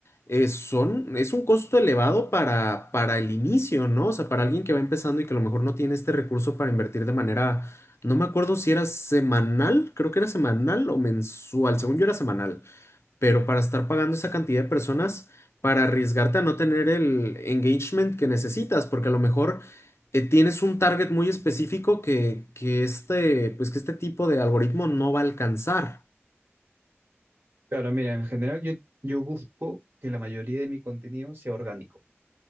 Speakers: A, on the left; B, on the right.
A: eh, son, es un costo elevado para, para el inicio, ¿no? O sea, para alguien que va empezando y que a lo mejor no tiene este recurso para invertir de manera, no me acuerdo si era semanal, creo que era semanal o mensual, según yo era semanal pero para estar pagando esa cantidad de personas, para arriesgarte a no tener el engagement que necesitas, porque a lo mejor eh, tienes un target muy específico que, que este, pues que este tipo de algoritmo no va a alcanzar.
B: Claro, mira, en general yo, yo busco que la mayoría de mi contenido sea orgánico.